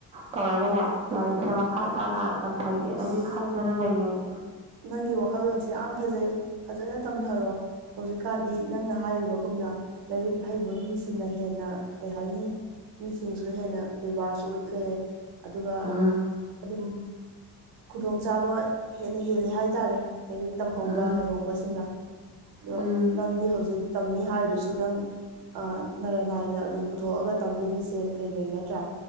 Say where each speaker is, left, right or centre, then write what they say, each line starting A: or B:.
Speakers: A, on the right; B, on the right.
A: ꯇꯧꯔꯒꯅꯦ ꯂꯥꯏꯔꯤꯛꯁꯦ ꯃꯈꯥ ꯇꯥꯅ ꯇꯝꯊꯒꯦꯅꯗꯤ
B: ꯑꯁ
A: ꯈꯟ ꯃꯥꯅ ꯂꯩꯅ‌ꯩ
B: ꯅꯪꯒꯤ ꯋꯥꯈꯜꯂꯣꯟꯁꯤ ꯌꯥꯝ ꯐꯖꯩ ꯐꯖꯅ ꯇꯝꯊꯔꯣ ꯍꯧꯖꯤꯛꯀꯥꯟꯗꯤ ꯅꯪꯅ ꯍꯥꯏꯔꯤꯕꯀꯨꯝꯅ ꯂꯥꯏꯔꯤꯛ ꯍꯩꯕ ꯃꯤꯁꯤꯅ ꯍꯦꯟꯅ ꯀꯩ ꯍꯥꯏꯅꯤ ꯃꯤꯁꯤꯡꯁꯨ ꯍꯦꯟꯅ ꯕꯦꯕꯥꯔꯁꯨ ꯎꯠꯂꯦ ꯑꯗꯨꯒ
A: ꯎꯝ
B: ꯑꯗꯨꯝ ꯈꯨꯗꯣꯡ ꯆꯥꯕ ꯅ ꯍꯦꯜꯂꯦ ꯍꯥꯏꯇꯥꯔꯦ ꯂꯥꯏꯔꯤꯛ ꯇꯝꯍꯧꯕ
A: ꯎꯝ
B: ꯍꯩꯍꯧꯕꯁꯤꯡꯅ ꯑꯗꯣ
A: ꯎꯝ
B: ꯅꯪꯗꯤ ꯍꯧꯖꯤꯛ ꯇꯝꯅꯤ ꯍꯥꯏꯔꯤꯁꯨ ꯅꯪ ꯑꯥ ꯅꯔꯥ ꯅꯥꯏꯅ ꯑꯗꯨꯝ ꯄꯨꯊꯣꯛꯑꯥꯒ ꯇꯝꯗꯣꯏꯅꯤ ꯁꯦꯟ ꯀꯩꯀꯩ ꯅꯠꯇ꯭ꯔꯥ